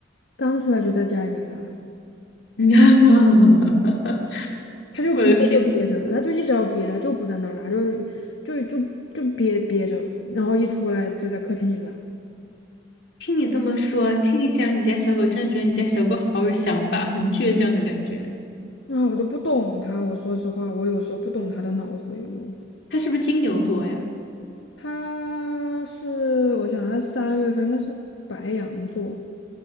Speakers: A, on the left; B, on the left.
A: 刚出来就在家里面拉，
B: <laughs>
A: 它就憋着憋着，
B: 我的天，
A: 它就一直要憋着，就不在那儿拉，就就就就憋憋着，然后一出来就在客厅里拉。
B: 听你这么说，听你讲你家小狗，真的觉得你家小狗好有想法，很倔强的感觉。
A: 啊，我都不懂它，我说实话，我有时候不懂它的脑回路。
B: 它是不是金牛座呀？
A: 他是，我想他三月份应该是白羊座，